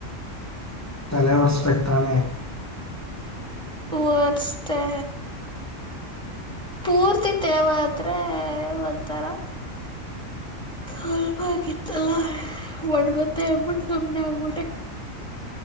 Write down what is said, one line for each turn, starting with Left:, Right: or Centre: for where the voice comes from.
Left: ತಲೆ ಹೊರ್ಸ್ಬೇಕ್ ತಾನೆ
Centre: ವರ್ಸದೇ ಪೂರ್ತಿ ತೇವ ಆದ್ರೆ ಒಂತರಾ ಸ್ವಲ್ಪ ಆಗಿತ್ತಲ್ಲಾ ಒಣಗುತ್ತೆ ಅಂದಬಿಟ್ಟು ಸುಮ್ನೆ ಆಗ್ಬಿಟ್ಟೆ